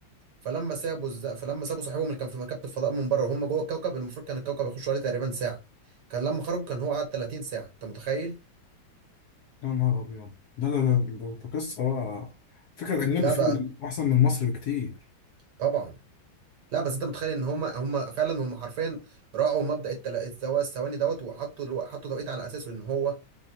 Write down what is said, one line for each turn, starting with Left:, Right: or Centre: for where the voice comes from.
Right: فلما سابوا الز... فلما سابوا صاحبهم اللي كان في مركبه الفضاء من بره وهم جوه الكوكب المفروض كان الكوكب يخش عليه تقريبا ساعه كان لما خرجوا كان هو قعد 30 ساعه انت متخيل
Left: يا نهار ابيض ده ده ده, ده, ده قصة بقى فكرة الأجنبي
Right: لا
Left: فيه
Right: ده
Left: أحسن من مصر بكتير
Right: طبعا لا بس انت متخيل ان هم هم فعلا هم حرفيا راعوا مبدأ التل... الثوا- الثواني دوت وحطوا الو... حطوا توقيت على اساسه ان هو